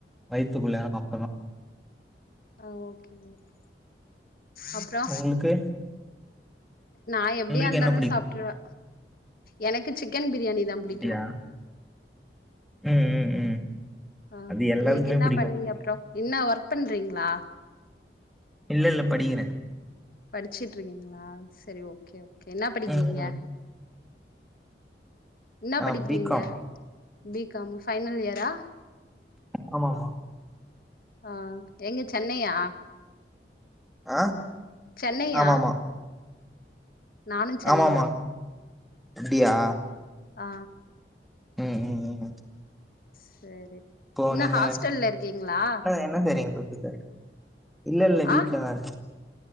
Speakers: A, in the centre; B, on the left.
A: வயித்துக்குள்ள எறங்கு அப்பதா
B: ஆ ஓகே ஓகே அப்றோ
A: உங்களுக்கு
B: நா எப்டியா
A: உங்களுக்கு
B: இந்தாலு
A: என்ன பிடிக்கு
B: சாப்ட்ருவ எனக்கு சிக்கன் பிரியாணி தா புடிக்கு
A: அப்டியா ம் ம் ம்
B: ஆ
A: அது எல்லாருக்குமே
B: இன்னக்கி என்னா
A: பிடிக்கு
B: பண்ணீங்க அப்றோ என்னா ஒர்க் பண்றீங்ளா
A: இல்லல்ல படிக்கிற
B: படிச்சிட்ருக்கீங்ளா சரி ஓகே ஓகே என்னா படிக்கிறீங்க
A: ம் ம்
B: என்னா
A: ஆ
B: படிக்கிறீங்க
A: பி காம்
B: பி காம் ஃபைனல் இயரா
A: ஆமாமா
B: ஆ எங்க சென்னையா
A: ஆ
B: சென்னையா
A: ஆமாமா
B: நானு சென்னை
A: ஆமாமா
B: தா
A: அப்டியா
B: ஆ
A: ம் ம் ம்
B: சேரி
A: இப்போ
B: என்ன
A: நீங்க
B: ஹாஸ்டல்ல இருக்கீங்ளா
A: என்ன என்ன செய்றீங்க இல்ல இல்லல்ல வீட்லதா
B: ஆ
A: இருக்க